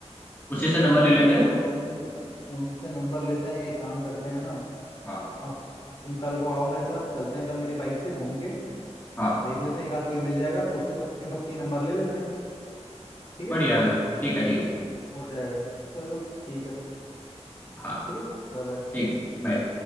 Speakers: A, on the left (about 15°); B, on the left (about 45°).
A: उसी से नंबर ले लेते
B: यार
A: हैं
B: उन, उनके- उनसे नंबर लेते हैं एक काम करते हैं ना
A: हाँ
B: आप तुम कल को आओ मेरे साथ चलते हैं कल मेरी बाइक से घूम के
A: हाँ
B: देख लेते हैं एक आध कोई मिल जाएगा तो उससे सबके सबके नंबर ले लेते हैं ठीक
A: बढ़िया
B: है
A: है ठीक है ठीक है
B: हो जाएगा चलो ठीक है फिर
A: हाँ
B: ठीक है Bye bye
A: ठीक है बाय